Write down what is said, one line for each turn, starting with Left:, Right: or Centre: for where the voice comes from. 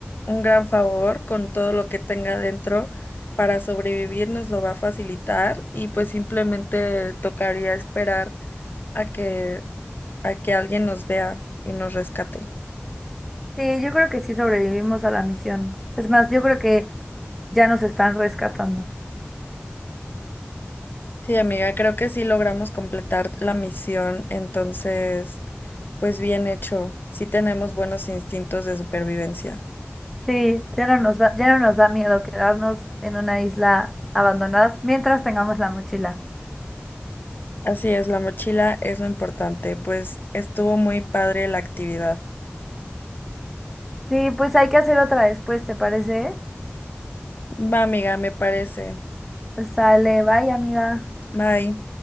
Left: un gran favor con todo lo que tenga dentro para sobrevivir, nos lo va a facilitar y pues simplemente tocaría esperar a que, a que alguien nos vea y nos rescate.
Centre: Sí, yo creo que sí sobrevivimos a la misión. Es más, yo creo que ya nos están rescatando.
Left: Sí, amiga, creo que sí logramos completar la misión, entonces, pues bien hecho, sí tenemos buenos instintos de supervivencia.
Centre: Sí, ya no nos va, ya no nos da miedo quedarnos en una isla abandonada mientras tengamos la mochila.
Left: Así es, la mochila es lo importante, pues estuvo muy padre la actividad.
Centre: Sí, pues hay que hacer otra después, ¿te parece?
Left: Va, amiga, me parece.
Centre: Pues sale, bye, amiga.
Left: Bye.